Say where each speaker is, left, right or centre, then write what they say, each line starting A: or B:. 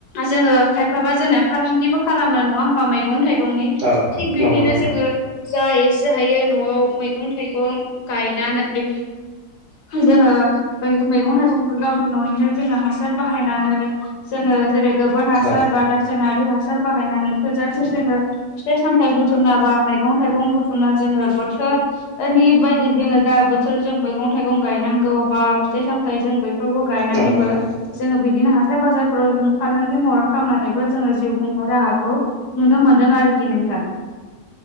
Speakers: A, on the left; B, on the right.
A: जोंङो खायफाबा जोंनिया फालांगिबो खालामो नंङा होमबा मैगं थाइगंनि
B: औ
A: थिग बिदिनो
B: नंगौ नोंथां
A: जोंङो जा एसे हायो न'आव मैगं थाइगं गायनानै जोंङो बै मैगं थाइगंखौ गावनि न'निनो जोंङो हासार बाहायनानै जोंङो जेरै गोबोर हासार
B: औ
A: बा रासायनारि हासार बाहायनानै थोजासे जोंङो फिथाइ सामथाइ बुथुमना बा मैगं थाइगं बुथुमना जोंङो बोथोर नि बायदि जोंङो जा बोथोर जों मैगं थाइगं गायनांगौ बा फिथाइ सामथायाइ जों बै फोरखौ गायनानैबो
B: नंगौ नोंथां
A: जोंङो बिदिनो हाथाय बाजारफोराव जों फालांगि महर खालामनानैबो जोंङो जिउ खुंनो राहाखौ नुनो मोनदों आरोखि नोंथां